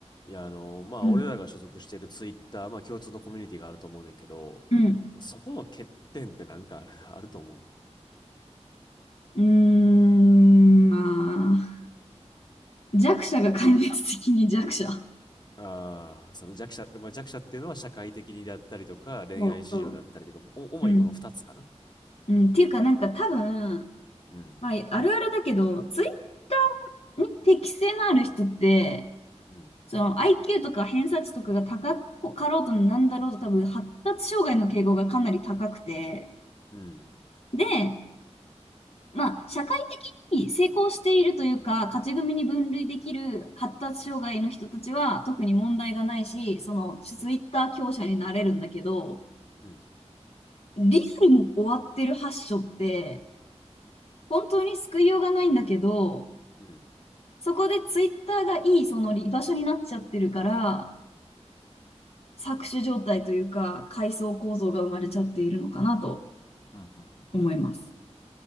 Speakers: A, on the left; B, on the left.
A: いや、あの、まあ、
B: うん。
A: 俺らが所属しているツイッター、まあ、共通のコミュニティがあると思うねんけど、
B: うん。
A: そこの欠点ってなんかある、<laughs> あると思う。
B: うーん、まあ、弱者が壊滅的に弱者。
A: ああ、その弱者、まあ、弱者っていうのは社会的にだったりとか、恋愛市場だったりとかも、
B: そうそ
A: お主にこの二つかな。
B: ううん。うん、っていうか、なんか多分、
A: うん。
B: まあ、あるあるだけど、ツイッターに適性のある人って、
A: うん。
B: その IQ とか偏差値とかが高かろうとなんだろうと多分発達障害の傾向がかなり高くて、
A: うん。
B: で、まあ、社会的に成功しているというか、勝ち組に分類できる発達障害の人たちは特に問題がないし、そのツイッター強者になれるんだけど、
A: うん。うん。
B: リアルも終わってる発症って、本当に救いようがないんだけど、
A: うん。うん。
B: そこでツイッターがいいその居場所になっちゃってるから、搾取状態というか、階層構造が生まれちゃっているのかなと
A: うんうん
B: 思います。